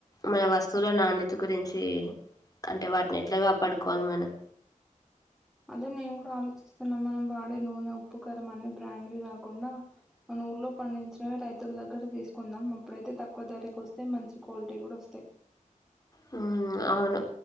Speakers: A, on the left (about 25°); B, in the centre.
A: మన వస్తువుల నాణ్యత గురించి అంటే వాటిని ఎట్లాగాపాడుకోవాలి మనం
B: అదే నేను కూడా ఆలోచిస్తున్నాం మనం వాడే నూనె ఉప్పు కరం అన్ని బ్రాండ్వి కాకుండా మన ఊర్లో పండించినవి రైతుల దగ్గర ఇక్కడ తీసుకుందాం అప్పుడైతే తక్కువ ధరకి వస్తాయి మంచి క్వాలిటీ కూడా వస్తాయి
A: యూ అవును